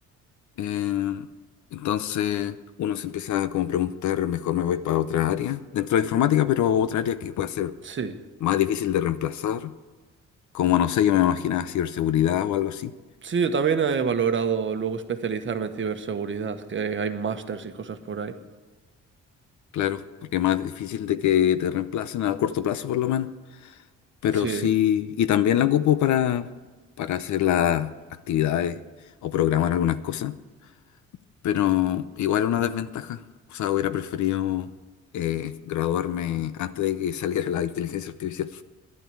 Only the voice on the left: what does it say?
Eh, entonces uno se empieza a como preguntar, mejor me voy para otra área dentro de informática, pero otra área que pueda ser
más difícil de reemplazar, como no sé, yo me imaginaba ciberseguridad o algo así.
Claro, porque es más difícil de que te reemplacen a corto plazo por lo menos. Pero
sí, y también la ocupo para, para hacer las actividades o programar algunas cosas. Pero igual es una desventaja. O sea, hubiera preferido eh, graduarme antes de que <laughs> saliera la inteligencia artificial.